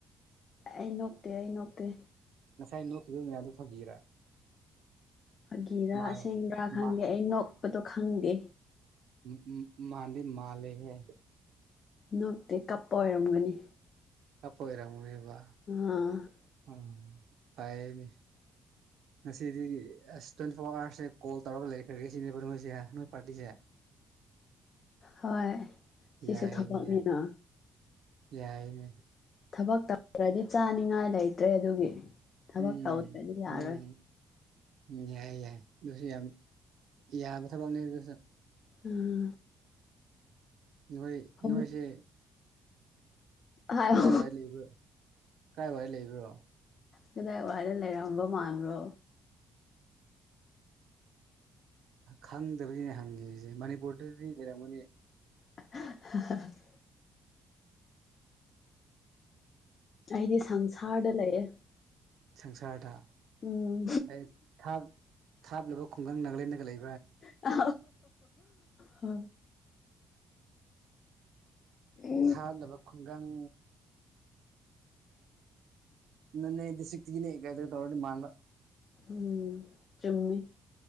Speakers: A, on the left (about 50°); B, on the right (about 75°).
A: ꯑꯩ ꯅꯣꯛꯇꯦ ꯑꯩ ꯅꯣꯛꯇꯦ
B: ꯉꯁꯥꯏ ꯅꯣꯛꯈꯤꯕ ꯃꯌꯥꯝꯗꯣ ꯐꯥꯒꯤꯔꯥ
A: ꯐꯥꯒꯤꯔꯥ
B: ꯃꯥ
A: ꯑꯁꯦꯡꯕ꯭ꯔꯥ ꯈꯪꯗꯦ
B: ꯃꯥ
A: ꯑꯩ ꯅꯣꯛꯄꯗꯣ ꯈꯪꯗꯦ
B: ꯎꯝ ꯎꯝ ꯎꯝ ꯃꯥꯥꯟꯗꯤ ꯃꯥꯜꯂꯦ ꯍꯦ
A: ꯅꯣꯛꯇꯦ ꯀꯞꯄ ꯑꯣꯏꯔꯝꯒꯅꯤ
B: ꯀꯞꯄ ꯑꯣꯏꯔꯝ ꯒꯅꯦꯕ
A: ꯑ
B: ꯎꯝ ꯐꯩꯌꯦꯅꯦ ꯉꯁꯤꯗꯤ ꯑꯁ ꯇ꯭ꯋꯦꯟꯇꯤ ꯐꯣꯔ ꯑꯋꯥꯔꯁꯦ ꯀꯣꯜ ꯇꯧꯔꯒ ꯂꯩꯈ꯭ꯔꯒꯦ ꯁꯤꯅꯦꯕ ꯅꯣꯏꯁꯦ ꯅꯣꯏ ꯄꯥꯔꯇꯤꯁꯦ
A: ꯍꯣꯏ
B: ꯌꯥꯏꯅꯦ
A: ꯁꯤꯁꯨ ꯊꯕꯛꯅꯤꯅ
B: ꯌꯥꯏ ꯌꯥꯏꯅꯦ
A: ꯊꯕꯛ ꯇꯧꯗ꯭ꯔꯗꯤ ꯆꯥꯅꯤꯡꯉꯥꯏ ꯂꯩꯇ꯭ꯔꯦ ꯑꯗꯨꯒꯤ ꯊꯕꯛ
B: ꯎꯝ
A: ꯇꯧꯗ꯭ꯔꯗꯤ
B: ꯎꯝ
A: ꯌꯥꯔꯣꯏ
B: ꯎꯝ ꯌꯥꯏꯌꯦ ꯌꯥꯏ ꯑꯗꯨꯁꯨ ꯌꯥꯝ ꯌꯥꯕ ꯊꯕꯛꯅꯦ ꯑꯗꯨꯁꯨ
A: ꯎꯝ
B: ꯅꯣꯏ
A: ꯐꯝ
B: ꯅꯣꯏꯁꯦ
A: ꯍꯥꯏꯌꯣ
B: ꯀꯔꯥꯏꯋꯥꯏ ꯂꯩꯕꯣ ꯀꯔꯥꯏꯋꯥꯥꯏ ꯂꯩꯕ꯭ꯔꯣ
A: ꯀꯗꯥꯏ ꯋꯥꯏꯗ ꯂꯩꯔꯝꯕ ꯃꯥꯟꯕ꯭ꯔꯣ
B: ꯈꯪꯗꯕꯒꯤꯅꯦ ꯍꯪꯉꯤꯁꯦ ꯃꯅꯤꯄꯨꯔꯗꯗꯤ ꯂꯩꯔꯝꯒꯅꯤ
A: <unintelligible> ꯑꯩꯗꯤ ꯁꯪꯁꯥꯔꯗ ꯂꯩꯑꯦ
B: ꯁꯪꯁꯔꯗ
A: ꯎꯝ
B: ꯑꯩ ꯊ ꯊꯕ ꯂꯕ ꯈꯨꯡꯒꯪ ꯅꯅꯥꯒ ꯒ ꯂꯩ
A: ꯑ ꯍ ꯎꯝ
B: ꯁꯥꯠꯂꯕ ꯈꯨꯡꯒꯪ ꯎ ꯅꯅꯦ ꯏꯗꯤ ꯁꯤ ꯇꯅꯦ ꯀꯥꯏ꯭ꯔꯦ ꯇꯗꯤ ꯃꯥꯥꯟꯂ
A: ꯎ ꯆꯨꯝꯃꯤ